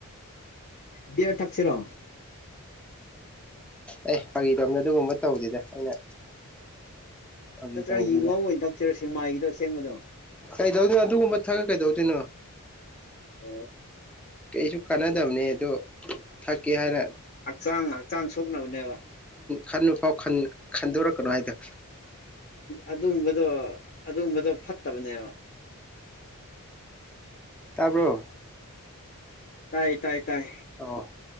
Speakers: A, on the left; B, in the centre.
A: ꯗꯦ ꯊꯥꯛꯁꯤꯔꯣ
B: ꯑꯦ ꯐꯥꯒꯤ ꯇꯣꯝꯅ ꯑꯗꯨꯒꯨꯝꯕ ꯇꯧꯁꯤꯗ ꯑꯩꯅ ꯐꯥꯒꯤ
A: ꯅꯠꯇ꯭ꯔꯒ
B: ꯇꯧꯕꯅꯤꯗ
A: ꯌꯨꯉꯧ ꯑꯣꯏꯅ ꯊꯛꯇꯁꯤꯔꯣ ꯁꯦꯡꯃꯥꯏꯒꯤꯗꯣ ꯑꯁꯦꯡꯕꯗꯣ
B: ꯀꯩꯗꯧꯗꯣꯏꯅꯣ ꯑꯗꯨꯒꯨꯝꯕ ꯊ ꯀꯩꯗꯧꯗꯣꯏꯅꯣ
A: ꯑꯣ
B: ꯀꯩꯁꯨ ꯀꯥꯟꯅꯗꯕꯅꯦ ꯑꯣ ꯊꯛꯀꯦ ꯍꯥꯏꯅ
A: ꯍꯛꯆꯥꯡ ꯍꯛꯆꯥꯡ ꯁꯣꯛꯅꯕꯅꯦꯕ
B: ꯈꯟꯕ ꯐꯥꯎ ꯈꯟꯗꯣꯔꯛꯀ ꯍꯥꯏꯣ
A: ꯑꯗꯨꯒꯨꯝꯕꯗꯣ ꯑꯗꯨꯒꯨꯝꯕꯗꯣ ꯐꯠꯇꯕꯅꯦꯕ
B: ꯇꯥꯔꯕ꯭ꯔꯣ
A: ꯇꯥꯏ ꯇꯥꯏ ꯇꯥꯏ
B: ꯑꯣ